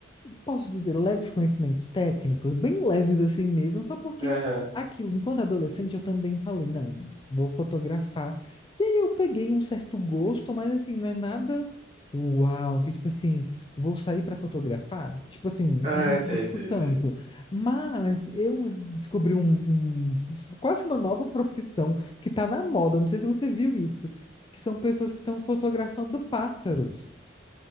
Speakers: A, on the left; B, on the right.
A: posso dizer, leves conhecimentos técnicos, bem leves assim mesmo, só porque
B: Aham.
A: aquilo, enquanto adolescente, eu também falei, não, vou fotografar. E aí eu peguei um certo gosto, mas assim, não é nada uau, que tipo assim, vou sair para fotografar? Tipo assim, não
B: Ah, sei, sei,
A: gosto tanto.
B: sei.
A: Mas eu descobri um, um- <laughs> quase uma nova profissão que tá na moda, não sei se você viu isso, que são pessoas que estão fotografando pássaros.